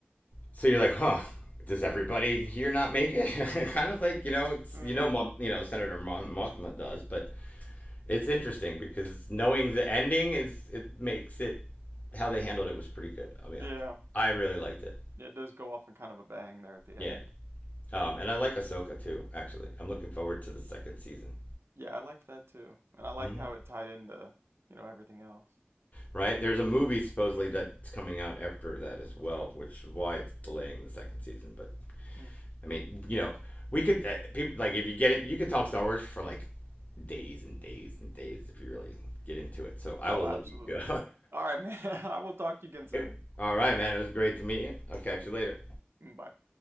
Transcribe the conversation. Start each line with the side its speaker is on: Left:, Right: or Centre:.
Left: So you're like, huh? Does everybody here not make it? <laughs> kind of like you know, it's
Right: Mm,
Left: you know, Mo- you know, Senator Mo- Mothma does, but it's interesting because knowing the ending is it makes it how they handled it was pretty good. I'll be
Right: yeah.
Left: honest, I really liked it.
Right: It does go off in kind of a bang there at the end.
Left: Yeah, um, and I like Ahsoka too. Actually, I'm looking forward to the second season.
Right: Yeah, I liked that too, and I liked
Left: Mhm.
Right: how it tied into you know everything else.
Left: Right? There's a movie supposedly that's coming out after that as well, which is why it's delaying the second season. But
Right: Mm.
Left: I mean, you know, we could uh, people like if you get it, you could talk Star Wars for like days and days and days if you really get into it. So I
Right: Oh,
Left: will
Right: absolutely.
Left: let you go.
Right: All right, man. <laughs> I will talk to you again soon.
Left: <laughs> All right, man. It was great to meet you. I'll catch you later.
Right: Mm, Bye.